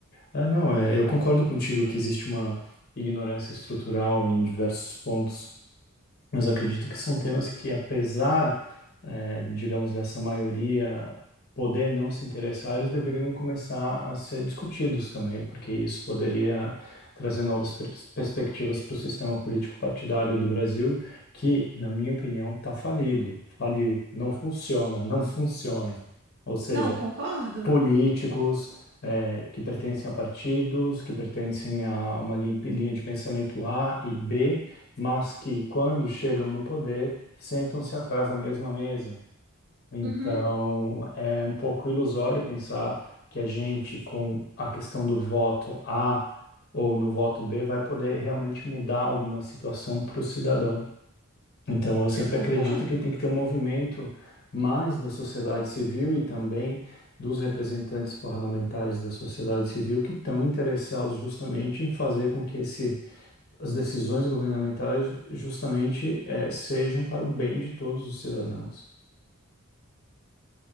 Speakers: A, on the left (about 45°); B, on the right (about 55°).
A: Ah, não, é, eu concordo contigo que existe uma ignorância estrutural em diversos pontos, mas acredito que são temas que, apesar, eh, digamos, dessa maioria poder não se interessar, eles deveriam começar a ser discutidos também, porque isso poderia trazer novas pers- perspectivas para o sistema político partidário do Brasil, que, na minha opinião, está falido, faliu, não funciona, <laughs> não funciona. Ou seja,
B: Não, concordo.
A: políticos eh, que pertencem a partidos, que pertencem a uma lin- linha de pensamento A e B, mas que, quando chegam no poder, sentam-se atrás da mesma mesa. Então,
B: Uhum,
A: é um pouco ilusório pensar que a gente, com a questão do voto A ou no voto B, vai poder realmente mudar alguma situação para o cidadão. Então, eu sempre
B: eu concordo.
A: acredito que tem que ter um movimento mais da sociedade civil e também dos representantes parlamentares da sociedade civil que estão interessados justamente em fazer com que esse, as decisões governamentais justamente eh, sejam para o bem de todos os cidadãos.